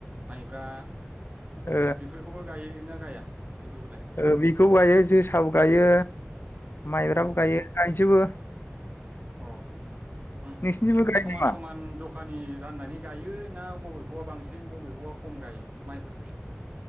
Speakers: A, on the right; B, on the left.
A: माइब्रा
B: ओ
A: बेफोरखौबो गायोना गाया बेफोरखौलाय
B: ओ बेखौ गायो जोसाबो गायो माइब्राबो
A: औ
B: गायो गायजुबो।
A: अ उम
B: नोंसिनिथिंबो
A: उम
B: गायो
A: समान
B: नामा
A: समान जखानि राननानै गायो ना बबेखौबा बांसिन बबे खम गायो माइफोरखौलाय?